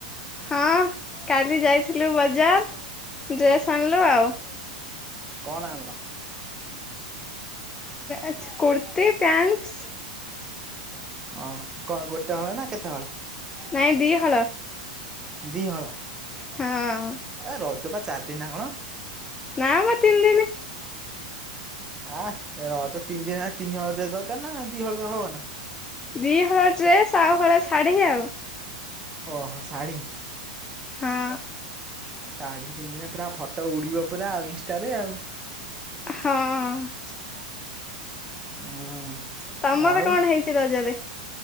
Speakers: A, on the left (about 20°); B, on the right (about 20°).
A: ହଁ କାଲି ଯାଇଥିଲୁ ବଜାର ଡ୍ରେସ୍ ଆଣିଲୁ ଆଉ।
B: କଣ ଆଣିଲ?
A: ଆଛା କୁର୍ତି ପ୍ୟାଣ୍ଟ।
B: ଓ କଣ ଗୋଟେ ହଳ ନା କେତେ ହଳ?
A: ନାଇଁ ଦି ହଳ।
B: ଦି ହଳ।
A: ହଁ।
B: ଏ ରଜ ବା ଚାରି ଦିନି ନା କଣ?
A: ନାଁ ମ ତିନ ଦିନି।
B: ଆ ରଜ ତିନି ଦିନ ହେ ତିନି ହଳ ଡ୍ରେସ ଦରକାର ନା ଦି ହଳରେ ହବ ନା।
A: ଦି ହଳ ଡ୍ରେସ ଆଉ ହଳେ ଶାଢୀ ଆଉ।
B: ଓହୋ ଶାଢ଼ୀ।
A: ହଁ
B: ଶାଢୀ ପିନ୍ଧିନେ ପୁରା ଫଟୋ ଉଡିବ ପୁରା ଆଉ ଇନଷ୍ଟାରେ ଆଉ।
A: ହଁ।
B: ହଁ।
A: ତମର
B: ଆଉ
A: କଣ ହେଇଛି ରଜରେ?